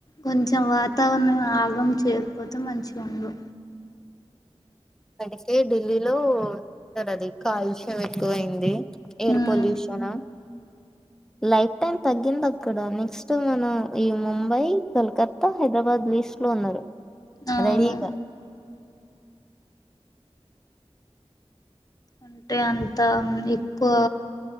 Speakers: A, on the left; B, in the centre.
A: కొంచెం వాతావరణం ఆగం చేయకపోతే మంచిగా ఉండు
B: అందుకే ఢిల్లీలో ఉంటది అది కాలుష్యం ఎక్కువైంది ఎయిర్
A: మ్మ్
B: పొల్యూషన్ లైఫ్ టైం తగ్గింది. అక్కడ నెక్స్ట్ మన ఈ ముంబై కల్కత్తా హైదరాబాద్ లీస్ట్ లో ఉన్నారు
A: అవును
B: రెడీగా
A: అంటే అంతా ఎక్కువ